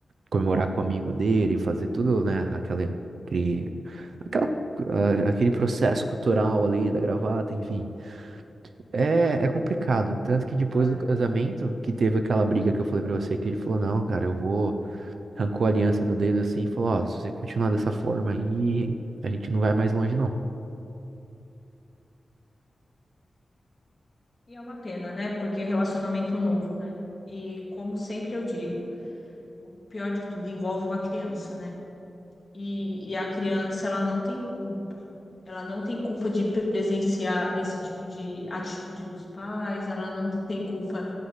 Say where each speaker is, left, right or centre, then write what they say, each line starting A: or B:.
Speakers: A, on the right (about 75°); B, on the left (about 30°).
A: comemorar com o amigo dele, fazer tudo, né? Aquela, aquele, aquela, ah, aquele processo cultural ali da gravata, enfim. É, é complicado. Tanto que depois
B: Claro.
A: do casamento, que teve aquela briga que eu falei pra você, que ele falou, não, cara, eu vou. Arrancou a aliança do dedo assim e falou, ó, se você continuar dessa forma aí, a gente não vai mais longe, não.
B: E é uma pena, né? Porque é relacionamento novo, né? E como sempre eu digo, o pior de tudo envolve uma criança, né? E, e a criança, ela não tem culpa. Ela não tem culpa de presenciar esse tipo de atitude dos pais, ela não tem culpa